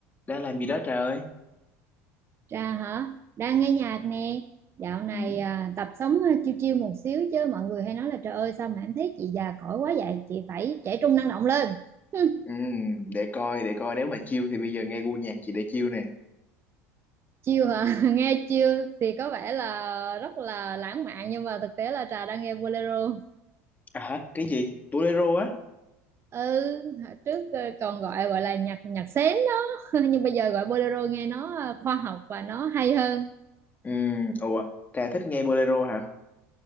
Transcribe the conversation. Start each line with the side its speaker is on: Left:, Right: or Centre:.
Left: đang làm gì đó trời ơi
Right: Trà hả? Đang nghe nhạc nè. Dạo này
Left: Ừ,
Right: à, tập sống à, chiêu chiêu một xíu chứ mọi người hay nói là trời ơi sao mà em thấy chị già cỗi quá vậy? Chị phải trẻ trung năng động lên. Hừm,
Left: Ừ, để coi để coi nếu mà chill thì bây giờ nghe gu nhạc chị để chill nè
Right: chiêu hả? <laughs> Nghe chiêu thì có vẻ là rất là lãng mạn nhưng mà thực tế là Trà đang nghe bolero.
Left: à hả cái gì bolero á
Right: Ừ, hồi trước à, còn gọi gọi là nhạc nhạc sến đó <laughs> nhưng bây giờ gọi bolero nghe nó à, khoa học và nó hay hơn.
Left: ừ ủa trà thích nghe bolero hả